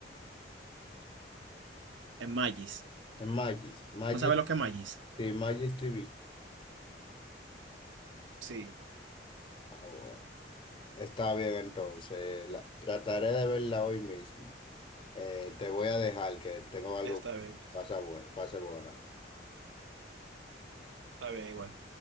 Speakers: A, on the right (about 85°); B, on the left (about 25°).
A: eh, Magis.
B: En Magis. Magis,
A: ¿No sabe lo que es Magis?
B: sí, Magis TV.
A: Sí,
B: Ah, bueno. Está bien, entonces. la- trataré de verla hoy mismo. Eh, te voy a dejar que tengo algo
A: está
B: que
A: bien.
B: pasa, bu- pase buena.
A: Está bien igual.